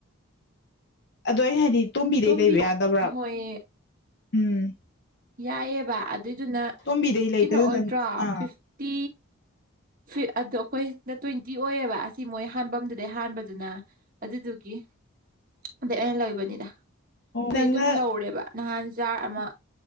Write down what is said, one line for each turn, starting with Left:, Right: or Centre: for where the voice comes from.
Left: ꯑꯗꯣ ꯑꯩꯅ ꯍꯥꯏꯗꯤ ꯇꯣꯝꯕꯤꯗꯩ
Right: ꯇꯣꯝꯕꯤ
Left: ꯂꯩꯕ ꯌꯥꯗꯕ꯭ꯔꯥ
Right: ꯍꯣꯏ
Left: ꯎꯝ
Right: ꯌꯥꯏꯌꯦꯕ ꯑꯗꯨꯏꯗꯨꯅ
Left: ꯇꯣꯝꯕꯤꯗꯩ ꯂꯩꯗꯅ
Right: ꯀꯩꯅꯣ ꯑꯣꯏꯗ꯭ꯔꯣ
Left: ꯅꯪ ꯑꯥ
Right: ꯐꯤꯐꯇꯤ ꯐꯤ ꯑꯗꯣ ꯑꯩꯈꯣꯏꯅ ꯇ꯭ꯋꯦꯟꯇꯤ ꯑꯣꯏꯌꯦꯕ ꯑꯁꯤ ꯃꯣꯏ ꯍꯥꯟꯕꯗꯨꯗꯩ ꯍꯥꯟꯕꯗꯨꯅ ꯑꯗꯨꯗꯨꯒꯤ ꯑꯗꯩ ꯑꯣꯏꯅꯥ ꯂꯕꯅꯤꯗꯥ ꯈꯣꯏꯗꯤ
Left: ꯅꯪꯅ
Right: ꯑꯗꯨꯝ ꯂꯧꯔꯦꯕ ꯅꯍꯥꯟ ꯖꯥꯔ ꯑꯃ